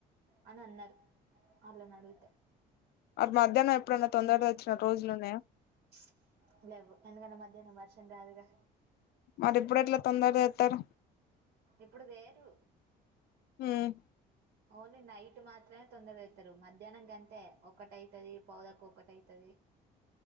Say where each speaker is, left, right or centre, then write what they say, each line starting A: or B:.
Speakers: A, on the right (about 80°); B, on the left (about 70°).
A: అని అన్నారు ఆళ్ళని అడిగితే
B: అది మధ్యాహ్నం ఎప్పుడన్నా తొందరగా వచ్చిన రోజులు ఉన్నాయా
A: ప్చ్ లేవ్వు ఎందుకంటే మధ్యాహ్నం వర్షం రాదుగా
B: మరి ఇప్పుడు ఎట్లా తొందరగ వత్తారు
A: ఇప్పుడు వేరు
B: హ్మ్
A: ఓన్లీ నైట్ మాత్రమే తొందరజెత్తరు మధ్యాహ్నం గంతే ఒకటైతది పావు తక్కువ ఒకటైతది